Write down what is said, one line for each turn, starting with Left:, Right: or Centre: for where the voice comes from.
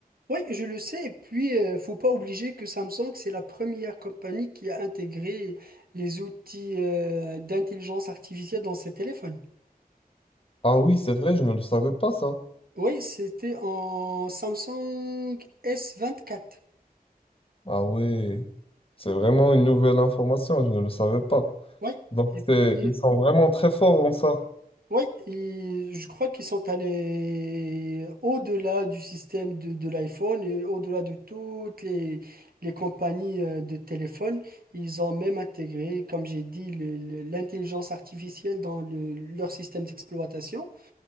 Right: Oui, je le sais. Et puis, euh, faut pas obliger que Samsung, c'est la première compagnie qui a intégré les outils euh, d'intelligence artificielle dans ses téléphones.
Left: Ah oui, c'est vrai, je ne le savais pas, ça.
Right: Oui, c'était en Samsung S24.
Left: Ah oui, c'est vraiment une nouvelle information, je ne le savais pas.
Right: Oui.
Left: Donc,
Right: Et puis,
Left: c'est, ils sont vraiment très forts en ça.
Right: Oui, et je crois qu'ils sont allés au-delà du système de, de l'iPhone et au-delà de toutes les, les compagnies euh, de téléphones. Ils ont même intégré, comme j'ai dit, le- le- l'intelligence artificielle dans le- leur système d'exploitation.